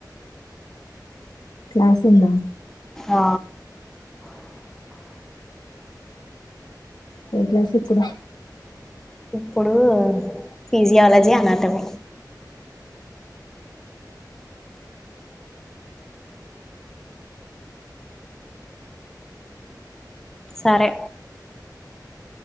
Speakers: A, on the left (about 75°); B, in the centre.
A: క్లాస్ ఉందా
B: ఆ
A: ఏ క్లాస్ ఇప్పుడు
B: ఇప్పుడూ ఫిజియాలజీ అనాటమి సరే